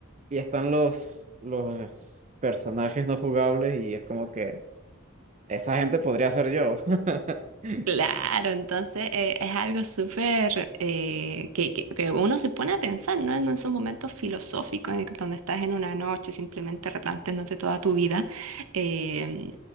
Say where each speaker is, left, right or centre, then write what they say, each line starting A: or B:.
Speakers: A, on the right; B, on the right.
A: y están los, los personajes no jugables y es como que esa gente podría ser yo. <laughs>
B: Claro, entonces eh, es algo súper eh, que, que- que uno se pone a pensar, ¿no? En esos momentos filosóficos en el que- donde estás en una noche simplemente replanteándote toda tu vida. eh,